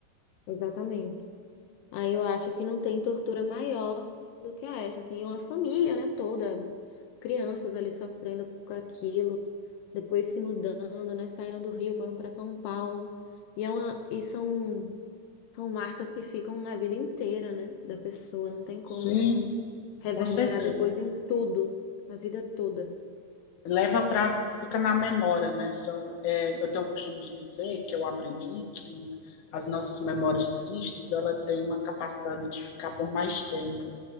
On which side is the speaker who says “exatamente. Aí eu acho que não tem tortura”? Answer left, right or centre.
Left